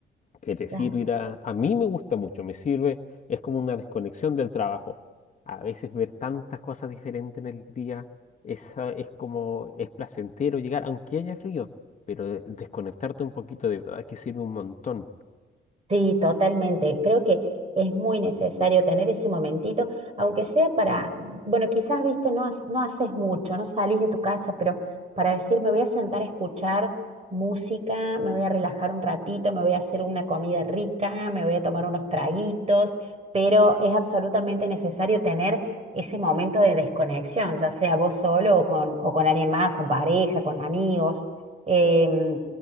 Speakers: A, on the left; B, on the right.
A: que te
B: claro.
A: sirve ir a... A mí me gusta mucho, me sirve, es como una desconexión del trabajo. A veces ver tantas cosas diferentes en el día es, ah, es como, es placentero llegar, aunque haya frío, pero eh, desconectarte un poquito de verdad que sirve un montón.
B: Sí, totalmente. Creo que es muy necesario tener ese momentito, aunque sea para, bueno, quizás, viste, no, has- no haces mucho, no salís de tu casa, pero para decir, me voy a sentar a escuchar música, me voy a relajar un ratito, me voy a hacer una comida rica, me voy a tomar unos traguitos, pero es absolutamente necesario tener ese momento de desconexión, ya sea vos solo o con, o con alguien más, con pareja, con amigos. Em,